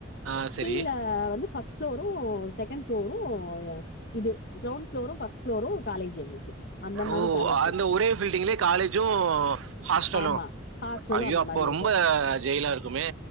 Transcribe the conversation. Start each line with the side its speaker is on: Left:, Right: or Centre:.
Right: ஆ சரி.
Left: கீழ வந்து பஸ்ட் ஃப்ளோரும் செகண்ட் ஃப்ளோரும் இது கிரௌண்ட் ஃப்ளோரும் ஃபஸ்ட் ஃப்ளோரும் காலேஜ் எங்களுக்கு அந்த மாரி
Right: ஓ
Left: காலேஜு
Right: அந்த ஒரே பீல்டிங்லயே காலேஜும் ஹாஸ்டலும்
Left: ஆமா ஹாஸ்டலு
Right: ஐயோ
Left: அந்த
Right: அப்போ
Left: மாரி இருக்கு
Right: ரொம்ப ஜெயிலா இருக்குமே